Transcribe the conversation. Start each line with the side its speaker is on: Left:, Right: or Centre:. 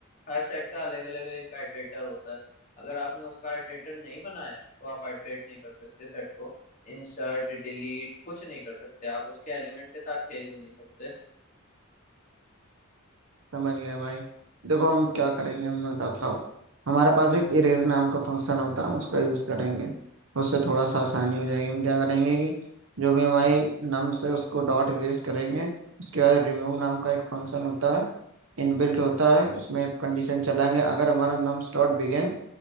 Left: हर सेट का अलग अलग एक आइट्रेटर होता है अगर आपने उसका आइट्रेटर नहीं बनाया तो आप आइट्रेट नहीं कर सकते सेट को इंसर्ट डिलीट कुछ नहीं कर सकते आप उसके एलिमेंट के साथ खेल भी नहीं सकते
Right: समझ गया भाई देखो हम क्या करेंगे मैं बताता हूँ हमारे पास एक इरेज नाम का फंक्शन होता है हम उसका यूज़ करेंगे उससे थोड़ा सा आसानी हो जाएगी हम क्या करेंगे कि जो भी हमारी नम्स है उसको डॉट इरेज करेंगे उसके बाद रिमूव नाम का एक फंक्शन होता है इनबिल्ट होता है उसमें कंडीशन चलाएंगे अगर हमारा nums dot begin